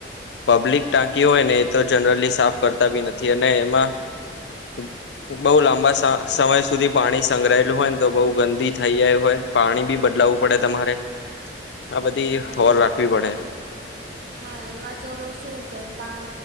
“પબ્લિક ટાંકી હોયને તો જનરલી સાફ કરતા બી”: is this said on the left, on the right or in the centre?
Left